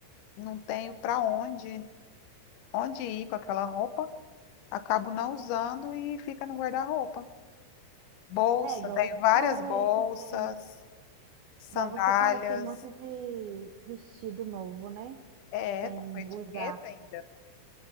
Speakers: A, on the left; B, on the right.
A: não tenho para onde, onde ir com aquela roupa. Acabo não usando e fica no guarda-roupa. Bolsa,
B: É, igual
A: tenho
B: você
A: várias
B: falou
A: bolsas.
B: aí que tem,
A: sandálias.
B: igual você falou que tem um monte de vestido novo, né?
A: É,
B: Sem
A: tá com etiqueta
B: usar.
A: ainda.